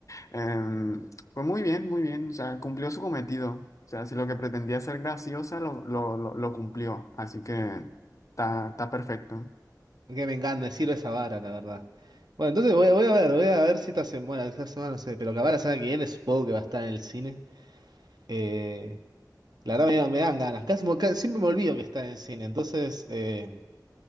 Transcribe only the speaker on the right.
Que me encanta, me sirve esa vara, la verdad. Bueno, entonces voy, voy a ver, voy a ver si esta semana, bueno, esta semana no sé, pero capaz la semana que viene supongo que va a estar en el cine. Eh, la verdad me, me dan ganas, casi, mo- ca- siempre me olvido que está en el cine, entonces eh,